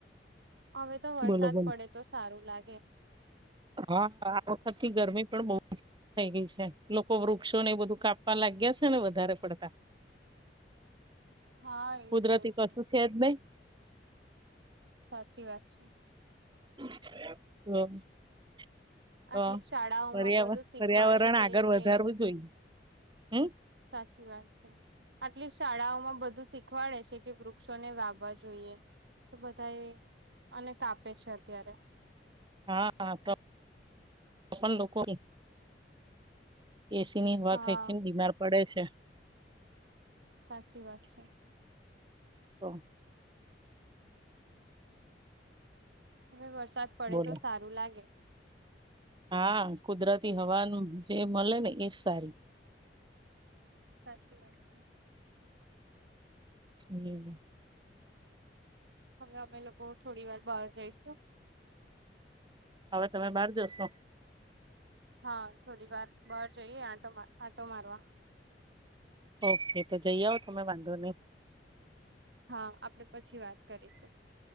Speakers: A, on the right (about 75°); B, on the right (about 25°).
A: હવે તો વરસાદ
B: બોલો બોલો
A: પડે તો સારું લાગે.
B: હા, આ વખતની ગરમી પણ બઉ <unintelligible> થઈ ગઈ છે. લોકો વૃક્ષોને એવુ બધું કાપવા લાગ્યા છે ને વધારે પડતા.
A: હા,
B: કુદરતી
A: એટલે જ.
B: કશું છે જ નહી
A: સાચી વાત છે.
B: <unintelligible> તો
A: આટલી શાળાઓમાં
B: પર્યાવરણ
A: બધું શીખવાડે
B: પર્યાવરણ
A: છે
B: આગળ
A: કે
B: વધારવું જોઈએ હમ
A: સાચી વાત છે. આટલી શાળાઓમાં બ બધું શીખવાડે છે કે વૃક્ષોને વાવા જોઈએ. તો બધાએ અને કાપે છે અત્યારે.
B: હા હા તો પણ લોકો. એસી ની હોખઈને
A: હા
B: બીમાર પડે છે.
A: સાચી વાત છે.
B: તો.
A: હવે વરસાદ પડે
B: બોલો
A: તો સારું લાગે.
B: હા કુદરતી હવાન જે મળે ને એજ સારી.
A: સાચી વાત છે.
B: હમ.
A: હવે અમે લોકો થોડી વાર બહાર જઈશ તો.
B: હવે તમે બહાર જશો.
A: હા થોડી વાર બહાર જઈએ આટો આંટો મારવા.
B: ઓકે તો જઈ આવઓ તમે વાંધો નહી.
A: હા આપણે પછી વાત કરીશું.